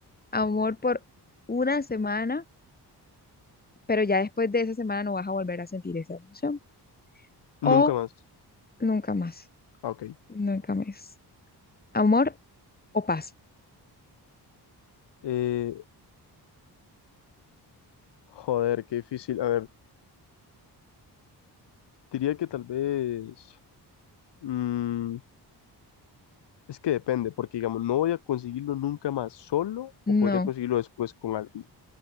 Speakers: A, on the left (about 20°); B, on the left (about 80°).
A: amor por una semana, pero ya después de esa semana no vas a volver a sentir esa emoción.
B: Nunca
A: O
B: más.
A: nunca más,
B: Ah, Ok.
A: nunca más. Amor o paz.
B: Eh, joder, qué difícil. A ver, diría que tal vez... mm, Es que depende, porque digamos, no voy a conseguirlo nunca más solo
A: No,
B: o podría conseguirlo después con alguien.